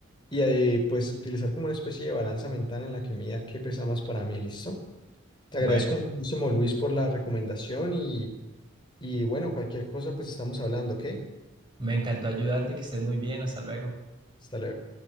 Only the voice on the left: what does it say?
y eh, pues utilizar como una especie de balanza mental en la que mida qué pesa más para mí, ¿listo? Te
agradezco muchísimo, Luis, por la recomendación y, y bueno, cualquier cosa, pues estamos hablando, ¿ok?
Hasta luego.